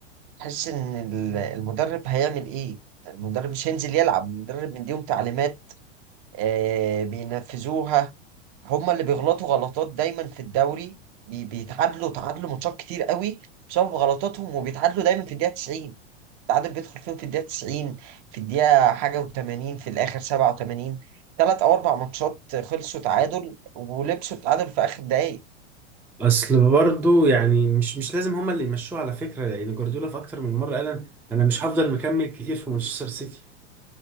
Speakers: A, on the right (about 45°); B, in the centre.
A: حاسس إن ال- المدرب هيعمل إيه المدرب مش هينزل يلعب المدرب مديهم تعليمات آه بينفذوها هما اللي بيغلطوا غلطات دايما في الدوري بي- بيتعادلوا تعادلوا ماتشات كتير قوي بسبب غلطاتهم وبيتعادلوا دايما في الدقيقة 90 التعادل بيدخل فيهم في الدقيقة 90 في الدقيقة حاجة و80 في الآخر 87 ثلاث أو أربع ماتشات خلصوا تعادل ولبسوا التعادل في آخر دقايق
B: أصل برضو يعني مش مش لازم هما اللي يمشوه على فكرة لأن جوارديولا في أكتر من مرة قال أنا أنا مش هفضل مكمل كتير في مانشستر سيتي